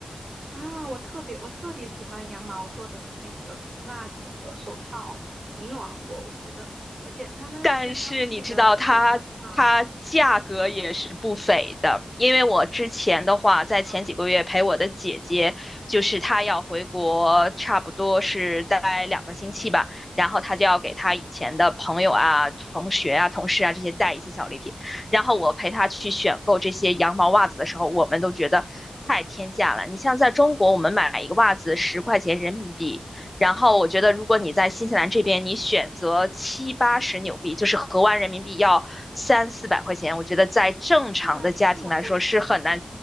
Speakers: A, on the right; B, on the left.
A: 啊？我特别我特别喜欢羊毛做的那个袜子和手套，很暖和，我觉得，而且他们是当地的手工吗？
B: 但是你知道它它价格也是不菲的，因为我之前的话，在前几个月陪我的姐姐，
A: 啊
B: 就是她要回国，差不多是待两个星期吧，然后她就要给她以前的朋友啊、同学啊、同事啊这些带一些小礼品，然后我陪她去选购这些羊毛袜子的时候，我们都觉得。太天价了！你像在中国，我们买一个袜子十块钱人民币，
A: 嗯，
B: 然后我觉得，如果你在新西兰这边，你选择七八十纽币，就是合完人民币要三四百块钱，我觉得在正常的家庭来说是很难
A: 竟然这么贵吗？